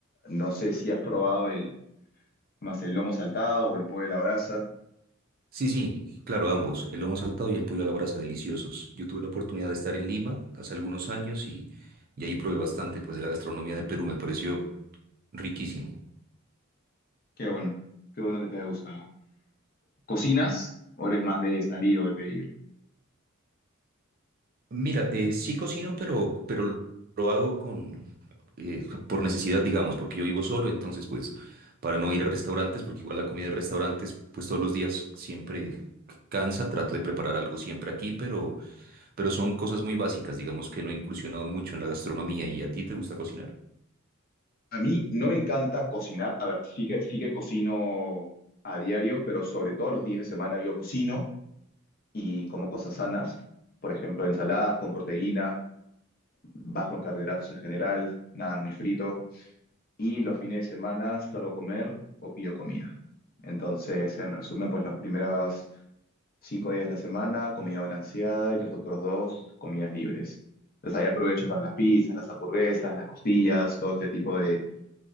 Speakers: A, on the left; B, on the right.
A: No sé si has probado el, más el lomo saltado o el pollo a la brasa.
B: Sí, sí, claro, ambos, el lomo saltado y el pollo a la brasa, deliciosos. Yo tuve la oportunidad de estar en Lima hace algunos años y, y ahí probé bastante, pues de la gastronomía de Perú me pareció riquísimo.
A: Qué bueno, qué bueno que te haya gustado. ¿Cocinas o eres más de salir o de pedir?
B: Mira, eh, sí cocino, pero, pero lo hago con, eh, por necesidad, digamos, porque yo vivo solo, entonces pues para no ir a restaurantes, porque igual la comida de restaurantes pues todos los días siempre cansa, trato de preparar algo siempre aquí, pero, pero son cosas muy básicas, digamos que no he incursionado mucho en la gastronomía y a ti te gusta cocinar.
A: A mí no me encanta cocinar. A ver, sí que, sí que cocino a diario, pero sobre todo los días de semana yo cocino y como cosas sanas. Por ejemplo, ensaladas con proteína, bajo en carbohidratos en general, nada muy frito. Y los fines de semana salgo a comer o pido comida. Entonces, en resumen, pues los primeros cinco días de la semana, comida balanceada y los otros dos, comidas libres. Entonces ahí aprovecho para las pizzas, las hamburguesas, las costillas, todo este tipo de,